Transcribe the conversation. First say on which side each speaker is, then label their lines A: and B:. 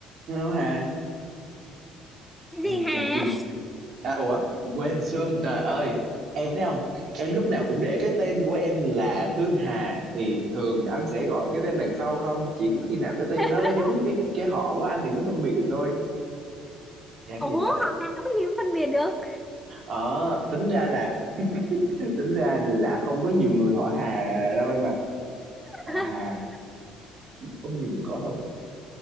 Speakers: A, on the right; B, in the centre.
A: Hello Hà,
B: Cái
A: ai
B: gì hả
A: chà Trinh, à, ủa quên Sương trời ơi, em thấy không? Em lúc nào cũng để cái tên của em là Sương Hà thì thường anh sẽ gọi cái tên đằng sau không? Chỉ có khi nào cái tên
B: <laughs>
A: nó nó giống cái cái họ của anh thì mới phân biệt được thôi. Chán
B: ủa
A: dễ sợ.
B: học Hàn nói gì cũng phân biệt được
A: Ờ, tính ra là tính ra là không có nhiều người họ Hà đâu em ạ.
B: <laughs>
A: Họ Hà không nhiều người có đâu.